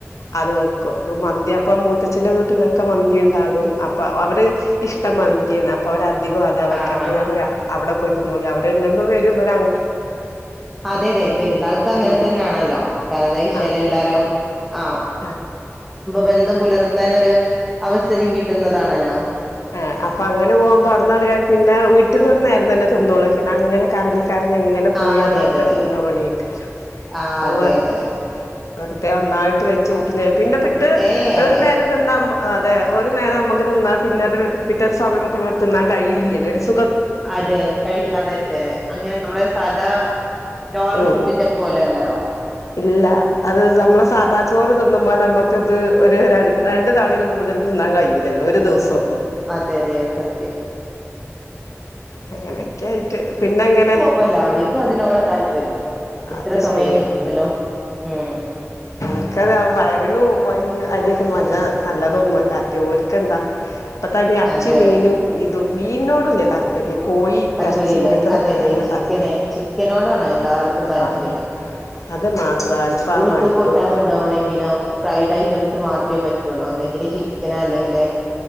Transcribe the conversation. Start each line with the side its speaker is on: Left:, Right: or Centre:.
Left: അത് വെക്കും മന്തി അപ്പൊ മൂത്തച്ഛന്റെ വീട്ടിലൊക്കെ മന്തി ഉണ്ടാകും അ അവര് ഇഷ്ടം മന്തിയാണ് അപ്പോ അവ അധികം അതാ വക്ക
Centre: ആ
Left: അപ്പൊ
Centre: ആ
Left: ഞ അവിടെ പോയി തിന്നോളി അവരെങ്ങും വരും അവ
Centre: അതെതെ പെരുന്നാൾക്ക് അങ്ങനെ
Left: ഉം
Centre: തന്നെയാണല്ലോ കാരണം എന്താച്ചാൽ
Left: ആഹ്
Centre: എല്ലാരും ആ
Left: ആഹ്
Centre: ബന്ധം പുലർത്തനരു അവസരം കിട്ടുന്നതാണല്ലോ
Left: ആ അപ്പ അങ്ങന പോകുമ്പോ അവിടെന്നാണ് കയ് പിന്നെ വീട്ടന്ന് ഒരു നേരം തന്ന തിന്നൊളൂ പിന്നെ അങ്ങനെ കറങ്ങി കറങ്ങിങ്ങനെ പോയി
Centre: ആഹ്
Left: അട്ന്നൊക്കെ
Centre: അതെ അതെ അതെ
Left: തിന്നണ പണിക്ക
Centre: ആഹ്
Left: അവ
Centre: അതെ
Left: പറഞ്ഞ
Centre: അതെ
Left: വെറുതെ ഒന്നായിട്ട് വച്ച് ഊഞ്ഞ പിന്നെ പിറ്റ്
Centre: ഏഹ്
Left: വെറ
Centre: അതെ
Left: നേരം തിന്നാ ആ അതെ ഒരു നേരം നമുക്ക് തിന്നാ പിന്നെ അത് പിറ്റേത് സമയമുക്കമ തിന്നാ കയൂല്ലോ അ
Centre: അതെ കഴി അതെ അതെ അതെ അങ്ങനെ നമ്മള് സാദാ നോർമൽ
Left: ഉം
Centre: ഫുഡിന്റെ പോലെല്ലല്ലോ
Left: ഇല്ല അത് നമ്മള് സാദാ ചോറ് തിന്നുമ്പോ നമ്മക്ക ഇത് ഒരു രണ്ട താണയിൽ കൂടുതൽ തിന്നാൻ കയൂലല്ലോ ഒരു ദിവസം ഒന്നും
Centre: അതെ അതെ സത്യം
Left: അങ്ങനെ ക്കെ ആയിട്ട് പിന്നെങ്ങനെ
Centre: ഴപ്പല്ല അവർക്കും അതിനോട താല്പര്യം എത്ര
Left: അത്
Centre: സമയം
Left: ശരിയാണ്
Centre: കിട്ടിയാലോ ഉം
Left: അത് വയറിനും അരിയൊക്കെ ഒന്നും വല്ല നല്ലതൊന്നും അല്ലെങ്കി ഓർക്കെന്താ ഇപ്പത്തന്നെ ഇറച്ചി
Centre: അതെ
Left: മീനും ഇതും മീനോടല്ലേ താല്പര്യം കോയി
Centre: താല്പര്യല്ല
Left: ഇറച്ചി ഇങ്ങനത്തെതൊക്കെ
Centre: അതെ അതെ
Left: തന്നെ താല്പ
Centre: ചിക്കന് ചിക്കനോടാണ് എല്ലാവർക്കും താല്പര്യം
Left: ആഹ് അത് മാത്രം അൽഫാമായിട്ടും
Centre: സ്കൂള്ക്ക് കൂട്ടാൻ കൊണ്ടുപോകണമെങ്കിലും ഫ്രൈഡ് ഐറ്റംസ് മാ ത്രേ പറ്റുള്ളൂ ഒന്നുങ്കിൽ ചിക്കന് അല്ലെങ്കില്